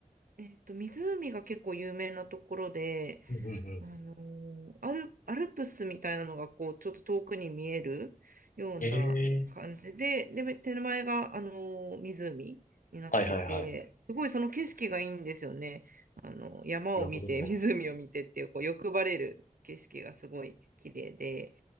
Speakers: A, on the right (about 75°); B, on the left (about 65°).
A: えっと、湖が結構有名なところで、
B: うんうんうん。
A: あのーアル、アルプスみたいなのがこうちょっと遠くに見えるような感じで、
B: ええ
A: で、手前が、あのー湖になってて、
B: はいはいはい。
A: すごいその景色がいいんですよね。あの山を見て、
B: なるほど。
A: <laughs> 湖を見てっていう、こう欲張れる景色がすごい綺麗で、